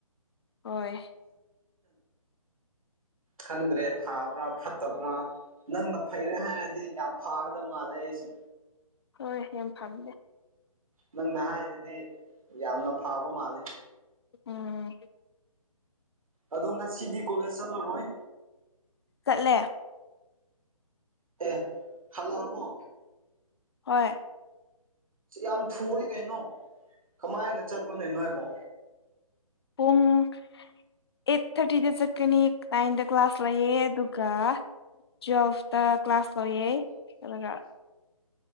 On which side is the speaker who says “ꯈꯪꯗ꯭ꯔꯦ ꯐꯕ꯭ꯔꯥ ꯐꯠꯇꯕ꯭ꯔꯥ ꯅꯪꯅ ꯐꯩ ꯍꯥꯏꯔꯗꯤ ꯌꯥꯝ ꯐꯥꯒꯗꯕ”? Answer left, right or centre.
Right